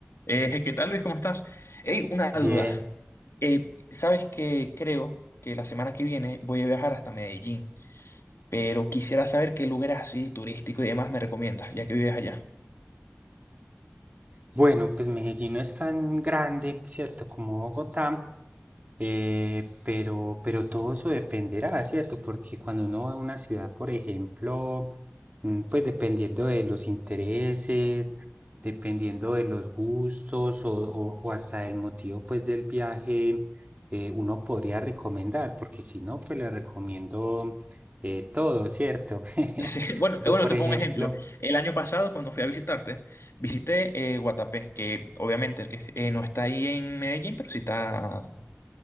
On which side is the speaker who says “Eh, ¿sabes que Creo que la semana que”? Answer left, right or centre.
Left